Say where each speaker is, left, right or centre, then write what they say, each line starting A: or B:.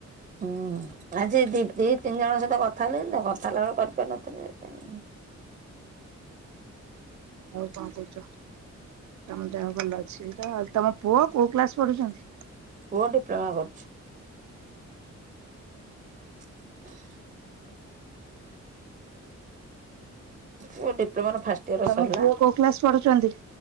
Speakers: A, on the right; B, on the right.
A: ହୁଁ ଆଜି ଦି ଦିଇ ତିନି ଜଣଙ୍କ ସହିତ କଥା ହେଲିଣିି ତ କଥା ହେଲା ବେଳୁକୁ କରି ପାରିନଥିନି ସେଥିପାଇଁ।
B: ଆଉ କଣ କହୁଛ ତମ ଦେହ ଭଲ ଅଛି ତ? ଆଉ ତମ ପୁଅ କୋଉ କ୍ଲାସ ପଢ଼ୁଛନ୍ତି?
A: ପୁଅ ଡିପ୍ଲୋମା କରୁଛି। <inaudible> ପୁଅ ଡିପ୍ଲୋମା ର ଫାଷ୍ଟ ଇୟର
B: ତମ
A: ସରିଲା
B: ପୁଅ କୋଉ କ୍ଲାସ ପଢ଼ୁଛନ୍ତି?